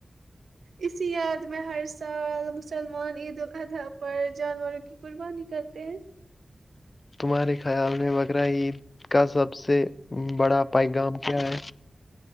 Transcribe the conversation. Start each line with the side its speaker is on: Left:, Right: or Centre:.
Right: اسی یاد میں ہر سال مسلمان عید الخطا پر جانوروں کی قربانی کرتے ہیں
Left: تمہارے خیال میں بق برا عید کا سب سے بڑا پیغام کیا ہے